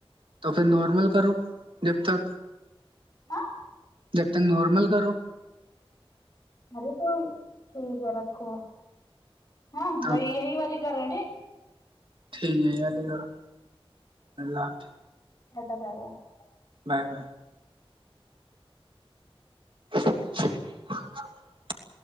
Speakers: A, on the right; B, on the left.
A: تو پھر نارمل کرو جب تک
B: ہاں
A: جب تک نارمل کرو
B: ارے تو ٹھیک ہے رکھو ہاں وہی
A: اب
B: یہی والی کر رہے
A: ٹھیک ہے جی علی گڑھ اللہ حافظ
B: ادا بغا <unintelligible>
A: باے باے <inaudible>